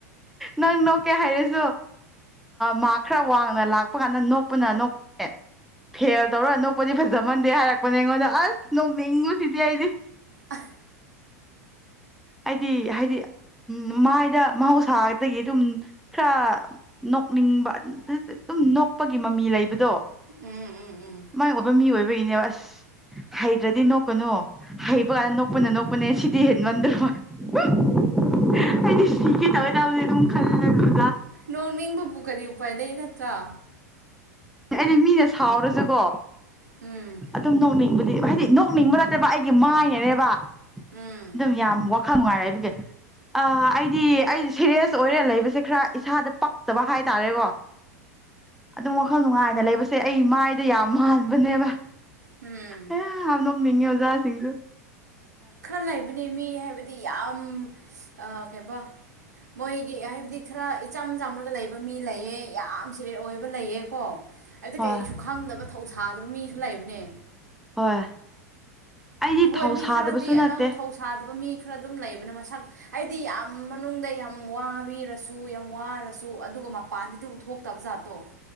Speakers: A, in the centre; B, on the right.
A: ꯅꯪ ꯅꯣꯛꯀꯦ ꯍꯥꯏꯔꯁꯤ ꯃꯥ ꯈꯔ ꯋꯥꯡꯅ ꯂꯥꯛꯄ ꯀꯥꯟꯗ ꯅꯣꯛꯄꯅ ꯅꯣꯛꯄꯦ ꯐꯦꯜ ꯇꯧꯔꯅꯣꯛꯄꯗꯤ ꯐꯖꯃꯟꯗꯦ ꯍꯥꯏꯔꯛꯄꯅꯦ ꯑꯩꯉꯣꯟꯗ ꯑꯁ ꯅꯣꯛꯅꯤꯡꯉꯨ ꯁꯤꯗꯤ ꯑꯩꯗꯤ
B: ꯑ <inaudible>
A: ꯍꯥꯏꯗꯤ ꯍꯥꯏꯗꯤ ꯎꯝ ꯃꯥꯏꯗ ꯃꯍꯧꯁꯥꯒꯗꯒꯤ ꯑꯗꯨꯝ ꯈꯔ ꯅꯣꯛꯅꯤꯡꯕ ꯑꯗꯨꯝ ꯅꯣꯛꯄꯒꯤ ꯃꯃꯤ ꯂꯩꯕꯗꯣ
B: ꯎꯝ ꯎꯝ ꯎꯝ
A: ꯃꯥꯏ <unintelligible> ꯃꯤ ꯑꯣꯏꯕꯒꯤꯅꯦꯕ ꯑꯁ ꯍꯩꯇ꯭ꯔꯗꯤ ꯅꯣꯛꯀꯅꯨ ꯍꯩꯕꯒꯥꯟ ꯅꯣꯛꯄꯅ ꯅꯣꯛꯄꯅꯦ ꯁꯤꯗꯤ ꯍꯦꯟ ꯉꯟꯗ꯭ꯔꯣ <inaudible> <unintelligible> ꯑꯩꯗꯤ ꯁꯤꯒꯦ <unintelligible>
B: ꯅꯣꯛ ꯅꯤꯡꯕꯕꯨ ꯀꯔꯤ ꯎꯄꯥꯏ ꯂꯩ ꯅꯠꯇ꯭ꯔꯥ
A: ꯑꯩꯗꯤ ꯃꯤꯅ ꯁꯥꯎꯔꯁꯨꯀꯣ
B: ꯎꯝ
A: ꯑꯗꯨꯝ ꯅꯣꯛꯅꯤꯡꯕ <unintelligible> ꯍꯥꯏꯗꯤ ꯅꯣꯛꯅꯤꯡꯕ ꯅꯠꯇꯦꯕ ꯑꯩꯒꯤ ꯃꯥꯏꯅꯅꯦꯕ
B: ꯎꯝ
A: ꯑꯗꯨꯝ ꯌꯥꯝ <unintelligible> ꯈꯔ ꯅꯨꯡꯉꯥꯏꯔꯦ ꯑꯗꯨꯒꯤ ꯑ ꯑꯩꯗꯤ ꯑꯩꯖꯦ <unintelligible> ꯁꯦꯔꯤꯌꯁ ꯑꯣꯏꯔ ꯂꯩꯕꯁꯦ ꯈꯔ ꯏꯁꯥꯗ ꯄꯛꯇꯕ ꯍꯥꯏ ꯇꯔꯦꯀꯣ ꯑꯗꯨꯝ <unintelligible> <unintelligible> ꯅꯨꯡꯉꯥꯏꯅ ꯂꯩꯕꯁꯦ ꯑꯩ ꯃꯥꯏꯗ ꯌꯥꯝ ꯃꯥꯟꯕꯅꯦꯕ
B: ꯎꯝ
A: ꯑꯦ ꯌꯥꯝ ꯅꯣꯛꯅꯤꯡꯉꯦ <unintelligible> <unintelligible> ꯁꯤꯡꯁꯨ
B: ꯈꯔ ꯂꯩꯕꯅꯦ ꯃꯤ ꯍꯥꯏꯕꯗꯤ ꯌꯥꯝ ꯑ ꯀꯩꯕ ꯃꯣꯏꯒꯤ ꯍꯥꯏꯕꯗꯤ ꯈꯔ ꯏꯆꯝ ꯆꯝꯔꯒ ꯂꯩꯕ ꯃꯤ ꯂꯩꯌꯦ ꯌꯥꯝ ꯁꯤꯔꯦ ꯑꯣꯏꯕ ꯂꯩꯑꯦꯀꯣ ꯍꯥꯏꯕꯗꯤ
A: ꯍꯣꯏ
B: ꯀꯩꯁꯨ ꯈꯪꯗꯕ ꯊꯧꯁꯥꯗꯕ ꯃꯤꯁꯨ ꯂꯩꯕꯅꯦ
A: ꯍꯣꯏ ꯑꯩꯗꯤ
B: ꯑꯍꯣꯏ
A: ꯊꯧ
B: ꯃꯤ
A: ꯁꯥꯗꯕꯁꯨ
B: ꯈꯔꯗꯤ
A: ꯅꯠꯇꯦ
B: ꯑꯅꯧ ꯊꯧꯁꯥꯗꯕ ꯃꯤ ꯈꯔ ꯑꯗꯨꯝ ꯂꯩꯕꯅ ꯃꯁꯛ ꯍꯥꯏꯗꯤ ꯌꯥꯝ ꯃꯅꯨꯡꯗ ꯌꯥꯝ ꯋꯥꯕꯤꯔꯁꯨ ꯌꯥꯝ ꯋꯥꯔꯁꯨ ꯑꯗꯨꯝ ꯑꯗꯨꯒ ꯃꯄꯥꯟꯗꯗꯤ ꯎꯠꯊꯣꯛꯇꯕ ꯖꯥꯠꯇꯣ